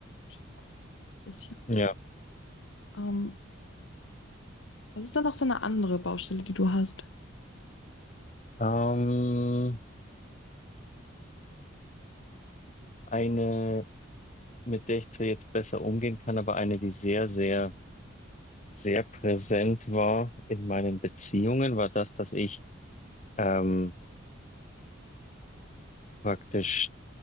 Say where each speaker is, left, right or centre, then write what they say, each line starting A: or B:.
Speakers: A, on the left; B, on the left.
A: Schon ein bisschen.
B: Ja.
A: Ähm, was ist dann noch so eine andere Baustelle, die du hast?
B: Ähm, eine, mit der ich zwar jetzt besser umgehen kann, aber eine, die sehr, sehr sehr präsent war in meinen Beziehungen, war das, dass ich ähm, praktisch